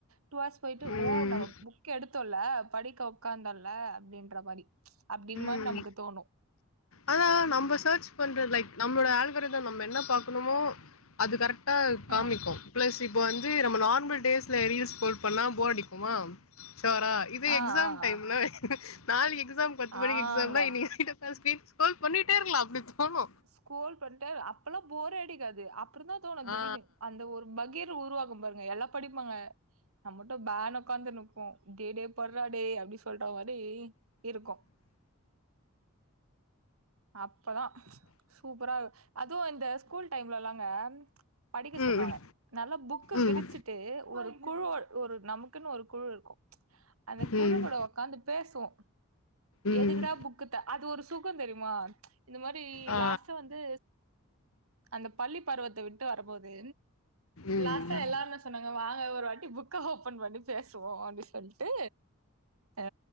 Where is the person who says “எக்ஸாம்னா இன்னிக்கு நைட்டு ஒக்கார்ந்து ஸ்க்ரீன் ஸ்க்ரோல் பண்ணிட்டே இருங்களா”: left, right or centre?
Left